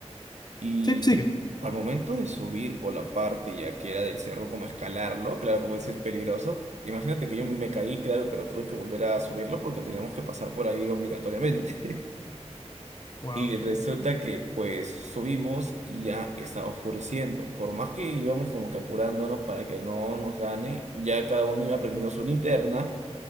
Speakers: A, on the right (about 80°); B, on the left (about 35°).
A: Y
B: Sí, sigue.
A: al momento de subir por la parte ya que era del cerro, como escalarlo, claro, como dices, es peligroso. Imagínate que yo me caí, claro, pero tuve que volver a subirlo porque teníamos que pasar por ahí obligatoriamente.
B: Wow,
A: Y resulta que pues subimos y ya estaba oscureciendo. Por más que íbamos como que apurándonos para que no nos gane, ya cada uno iba prendiendo su linterna.